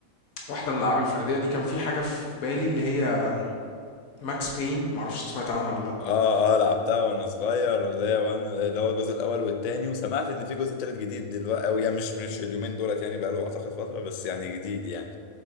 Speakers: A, on the left (about 80°); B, on the left (about 60°).
A: واحدة من الألعاب الفردية دي كان في حاجة في بالي اللي هي ماكس بين معرفش سمعت عنها ولا لأ
B: اه اه لعبتها وانا صغير اللي هي وان... اللي هو الجزء الاول والتاني وسمعت ان في جزء تالت جديد دلوقتي او يعني مش مش اليومين دولت يعني بقاله اعتقد فترة بس يعني جديد يعني